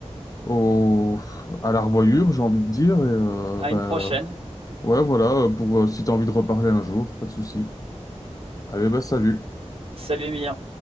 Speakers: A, on the left; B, on the right.
A: au, à la revoyure, j'ai envie de dire. Et euh,
B: À
A: bah
B: une prochaine.
A: ouais, voilà, pour, euh, si t'as envie de reparler un jour, pas de souci. Allez, bah salut.
B: Salut Emilien.